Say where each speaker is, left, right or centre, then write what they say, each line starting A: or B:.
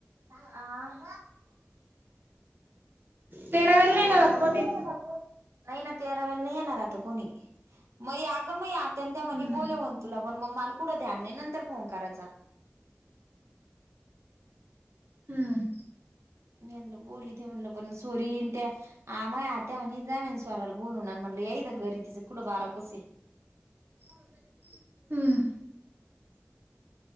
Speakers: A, on the right (about 75°); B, on the right (about 45°).
A: हा
B: तेरावाला नाही
A: करा
B: येणार आत
A: नाही
B: कोणी.
A: ना तेराव्याला नाही येणार आता कोणी मई अगं मई आत्या आणि त्या म्हणे
B: हम्म
A: बोलव मग तुला पण मग मला कुठं ध्यान नाही नंतर फोन करायचा
B: हम्म
A: मी ह्यांना बोलीते म्हण पण सोरीन त्या आ मई आत्या म्हणी जा म्हणी स्वराला बोलून अन् म्हटलं या येथ घरं ये तिचं कुठं बारा कोस ये
B: <unintelligible> हम्